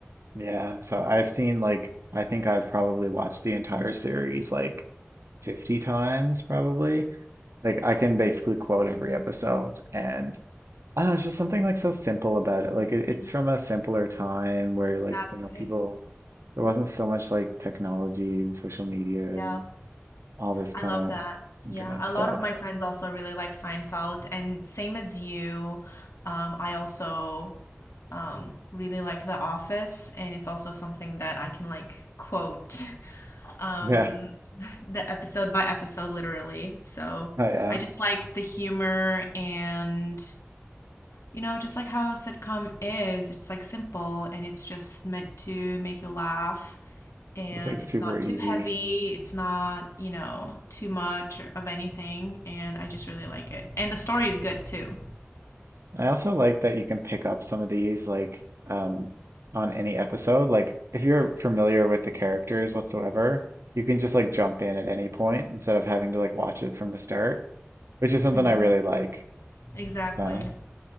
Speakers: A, on the right; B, on the left.
A: Yeah. So I've seen like I think I've probably watched the entire series like 50 times probably. Like I can basically quote every episode and I don't know, it's just something like so simple about it. Like it,
B: Mhm.
A: it's from a simpler time where
B: Exactly.
A: like, you know, people there wasn't so much like technology and social media
B: Yeah,
A: and all this kind
B: I love
A: of
B: that.
A: internet
B: Yeah, a
A: stuff.
B: lot of my friends
A: <laughs>
B: also really like Seinfeld, and same as you, um, I also um, really like The Office, and it's also something that I can like quote <laughs> um,
A: Yeah.
B: the episode by episode literally. So
A: Oh yeah.
B: I just
A: It
B: like the humor and You know, just like how a sitcom is, it's like simple and it's just meant to make you laugh and
A: was like super
B: it's not
A: easy.
B: too heavy, it's not, you know, too much of anything and I just really like it. And the story is good too.
A: I also like that you can pick up some of these like um on any episode. Like if you're familiar with the characters whatsoever, you can just like jump in at any point instead of having to like watch it from the start. which is something
B: hmm
A: I really like.
B: Exactly.
A: Yeah.